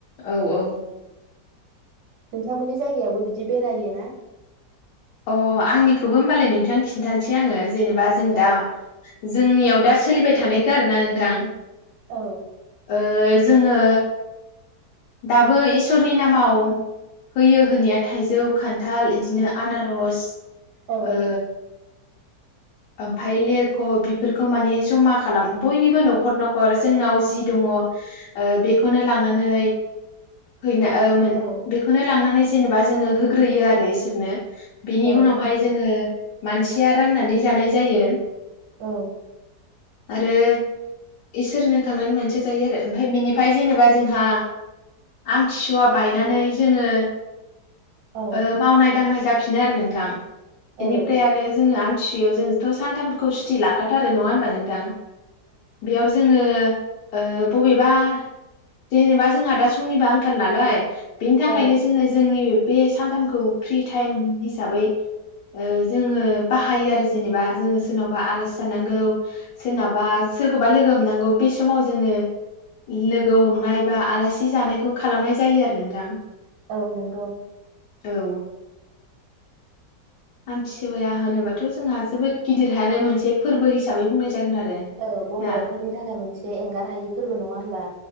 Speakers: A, on the left; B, on the right.
A: औ औ
B: नोंथांमोननि जायगायावबो बिदि बेरायो ना
A: अ आंनिखौबो होमबालाय नोंथां खिन्थानसै आङो जेनेबा बा जों
B: औ
A: दा जोंनि आव दा सोलिबाय थानायखौ आरोना नोंथां
B: औ
A: ओ जोङो दाबो इसोरनि नामाव होयो होनाया थाइजौ खान्थाल इदिनो आनारस
B: औ
A: ओ ओमफाय लेरख बेफोरखौ माने जमा खालाम बयनिबो नखर नखर जोंनाव जि दङ ओ बेखौनो लांनानै हैना ओ मोन
B: औ
A: बेखौनो लांनानै सो जेनेबा जोङो होग्रोयो आरो इसोरनो बिनि
B: औ
A: उनावहाय जोङो मानसि <unintelligible> राननानै जानाय जायो।
B: औ
A: आरो इसोरनो खांनानै मोनसेया जायो आरो ओमफ्राय बिनिफ्राय जेनेबा जोंहा आमथिसुवा बायनानै जोङो
B: औ
A: ओ मावनाय दांनाय जाफिनो आरो नोंथां। बेनिफ्राय
B: ओं
A: आरो जोंना बेयाव जोंथ' सानथामफोरखौ सुथि लाखाथारो नङा होनबा नोंथां? बेयाव जोङो ओ बबेबा जेनेबा जोंहा दा समनिबो आंखाल नालाय बेनि थाखायनो
B: औ
A: जोङो जोंनि बे सानथामखौ फ्रि टाइम हिसाबै ओ जोङो बाहायो आरो जेनबा जोङो सोरनावबा आलासि जानांगो सोरनाबा सोरखौबा लोगो हमनांगौ बे समाव जोङो लोगो हमनाय बा आलासि जानायखौ खालामनाय जायो आरो नोंथां।
B: औ नंगौ
A: औ आमथिसुवाया होनोबाथ' जोंहा जोबोद गिदिरहानो मोनसे फोरबो हिसाबै बुंनाय जागोन आरो
B: औ बर'
A: ना
B: फोरनि थाखाय मोनसे एंगार हायि फोरबो नङा होमबा?